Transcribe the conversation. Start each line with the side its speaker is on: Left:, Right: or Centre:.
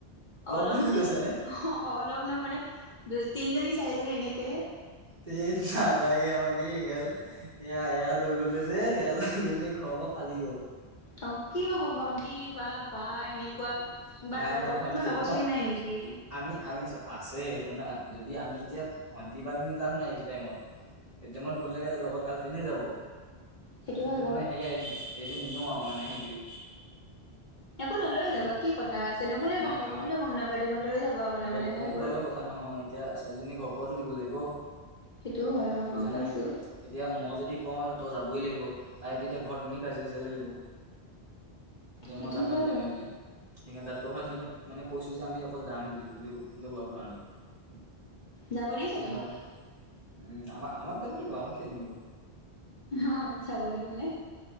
Left: অলপ
Right: বুলি
Left: মানে
Right: কৈছা
Left: অ
Right: নে
Left: অহ অলপ নহ মানে হে এহ্ এহ দুই তিনিজনী চাৰিজনী এনেকে।
Right: থেৎ নালাগে আমাক কি এই গাল ইহ্ এয়া এয়া লৈ গলে যে এয়াল গ'লে ঘৰৰ পৰা ফালিব।
Left: ত কি হ'ব ভন্টি বা বা এনেকুৱা।
Right: ক
Left: বা
Right: নাই
Left: লগৰ
Right: নাই ভণ্টি
Left: তোমাৰ লগৰ
Right: ভন
Left: ছোৱালী নাই
Right: শুনক
Left: নেকি
Right: না কৈছিলি নাই নি আমি আমি চ আছে শুনা যদি আমি এতিয়া ভণ্টি বা‌ক নি লাভ নাই এইটো টাইমত। এই টাইমত গলেহে লগত গাল ফ্ৰেণ্ডে যাব
Left: সেইটো
Right: কিন্তু
Left: হয় বাৰু
Right: মানে সেয়াই নি পিপ ই ই সেইটো নিনো আৰু মানে সেইটোৱে
Left: একো ন লৈ
Right: সিহঁত
Left: যাবা কি কথা আছে নো কোনে
Right: নাই
Left: গম পাব
Right: আমাক
Left: কোনেও গম নাপায় দেখোন লৈ যাবা মনে
Right: গ
Left: মনে
Right: গম
Left: হৈ
Right: পালেও
Left: গ'ল।
Right: কথা নহয় এতিয়া ছোৱালীজনীৰ ঘৰৰ পৰাওতো দিব লাগিব
Left: সেইটোও হয় বাৰু
Right: বুজা
Left: গম পাইছো
Right: নাই। এতিয়া মই যদি কওঁ তই যাবই লাগিব তাই তেতিয়া ঘৰত এনে কাজিয়া কাজিয়া লাগিব যে
Left: সেইটোও
Right: মই যামেই
Left: হয়
Right: যামেই
Left: বাৰু
Right: বুলি। এহ্ সেইকাৰণে তাতকৈ ভাল সিহঁতক মানে কৈছো যে আমি অকল যাম বুলি কিন্তু সিহঁতক লগ ধৰা নাই। উ
Left: যাব দিছে তোমাক
Right: এয়া কৈছো উম উ উ আমাক আমাক যাব দিব আমাক কেলে নিদিব।
Left: অ যাব দিব নে?